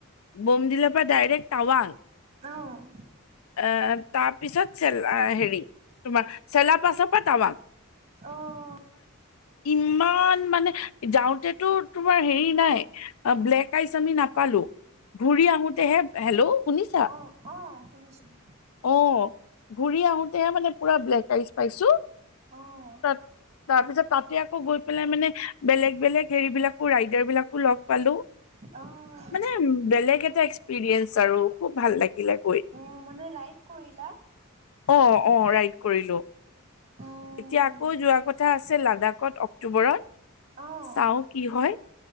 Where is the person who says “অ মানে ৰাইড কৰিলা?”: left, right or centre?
Right